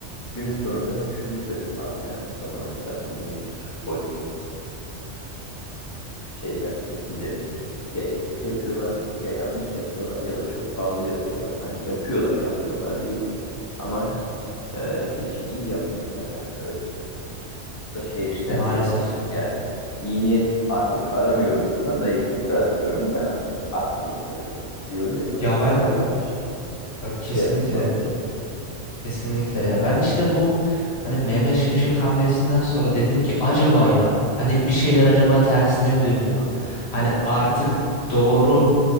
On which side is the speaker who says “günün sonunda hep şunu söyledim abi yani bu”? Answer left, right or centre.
Left